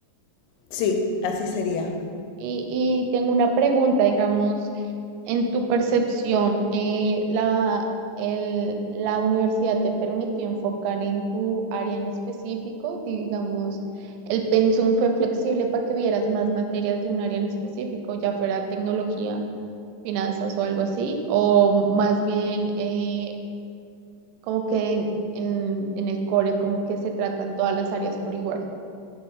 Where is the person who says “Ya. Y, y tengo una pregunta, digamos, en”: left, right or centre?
Right